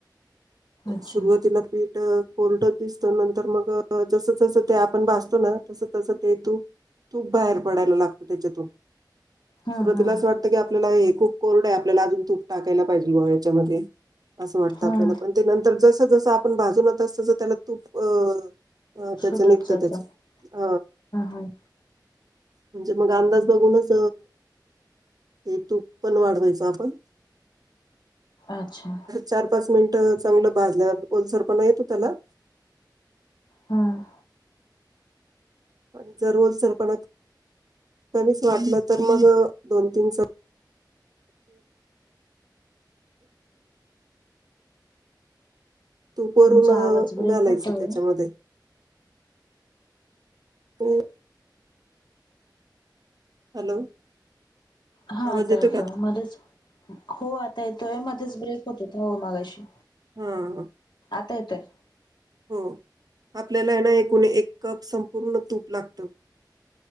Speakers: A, on the left; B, on the right.
A: अच्छा.
B: सुरुवातीला पीठ कोरड दिसतो नंतर मग जस तसं ते आपण भासतो ना तस तस ते तू तूप बाहेर पडायला लागतं त्याच्यातून
A: हम्म
B: सुरुवातीला
A: हम्म
B: असं वाटतं की आपल्याला हे खूप कोरड आहे आपल्याला अजून तूप टाकायला पाहिजे ग याच्यामध्ये असं वाटतं
A: हम्म
B: आपल्याला पण ते नंतर जसं जसं आपण भाजूनात असतस त्याला तूपं अ त्याच
A: सुटत
B: निघत
A: जात
B: त्याच
A: हम्म
B: अ
A: हम्म
B: म्हणजे मग अमंदाज बघूनच ते तूप पण वाढवायचं आपण
A: अच्छा
B: चार पाच मिनट चांगलं भाजल्यावर ओलसरपणा येतो त्याला
A: हम्म
B: आणि जरोल सरपणा कमीच वाटलं तर मग दोन तीन स तूपवरून
A: तुमचा आवाज ब्रेक
B: घालायचं
A: होतोय
B: त्याच्यामध्ये त हॅलो
A: हा
B: आवाज
A: आता
B: येतो
A: आता
B: का
A: मध्येच हो आता येतोय मध्येच ब्रेक होत होता हो मागाशी
B: हम
A: आता येतोय
B: हो आपल्याला हना एकूण एक कप संपूर्ण तूप लागतं